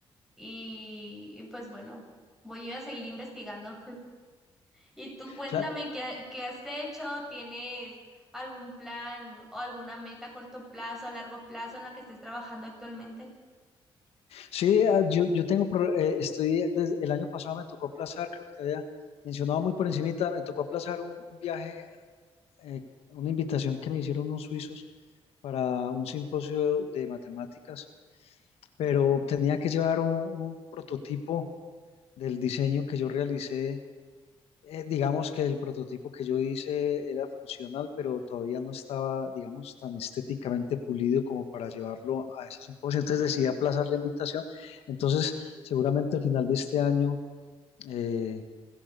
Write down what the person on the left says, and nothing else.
Claro.
sí, ah, yo, yo tengo, pro- eh, estoy, desde el año pasado me tocó aplazar, creo que te había mencionado muy por encimita, me tocó aplazar un viaje eh, una invitación que me hicieron unos suizos para un simposio de matemáticas, pero tenía que llevar un, un prototipo del diseño que yo realicé. Eh, digamos que el prototipo que yo hice era funcional, pero todavía no estaba, digamos, tan estéticamente pulido como para llevarlo a ese simposio. Entonces decidí aplazar la invitación. Entonces, seguramente al final de este año eh,